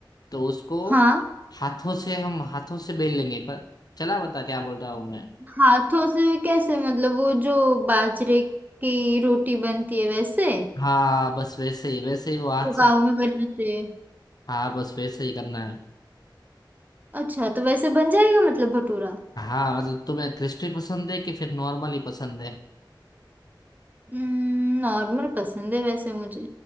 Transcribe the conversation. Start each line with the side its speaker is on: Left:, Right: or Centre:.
Left: तो उसको
Right: हाँ
Left: हाथों से हम हाथों से बेल लेंगे पर चला बता क्या बोल रहा हूँ मैं
Right: हाथों से कैसे मतलब वो जो बाजरे की रोटी बनती है वैसे
Left: हाँ बस वैसे ही वैसे ही वो हाथ
Right: वो
Left: से
Right: गाँव में बनाते हैं
Left: हाँ बस वैसे ही करना है
Right: अच्छा तो वैसे बन जाएगा मतलब भटूरा
Left: हाँ मतलब तुम्हें क्रिस्पी पसंद है कि फिर नॉर्मल ही पसंद है
Right: हम्म, नॉर्मल पसंद है वैसे मुझे